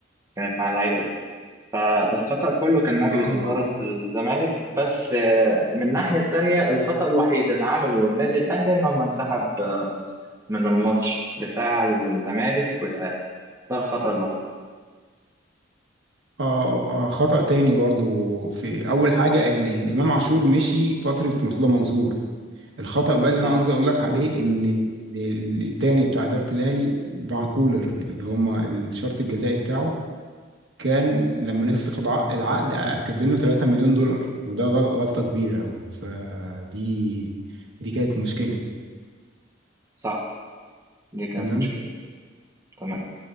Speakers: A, on the right; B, on the right.
A: كانت مع اللعيبة دي. الخطأ كله كان مجلس
B: اه
A: إدارة الزمالك بس آه، من الناحية التانية الخطأ الوحيد اللي عمله النادي الأهلي إن هم انسحب آه، من الماتش بتاع الزمالك والأهلي ده الخطأ الوحيد
B: آه آه، خطأ تاني برضو في أول حاجة ال الإمام عاشور مشي فترة مرتضى منصور الخطأ بقى اللي
A: صح
B: أنا قصدي أقول لك عليه إن ال- ال- التاني بتاع إدارة الأهلي مع كولر اللي هما الشرط الجزائي بتاعه كان لما نفسخ الع- العقد آه، كاتبين له 3 مليون دولار وده غل- غلطة كبيرة أوي فدي دي كانت مشكلة
A: صح دي كانت
B: تمام
A: مشكلة تمام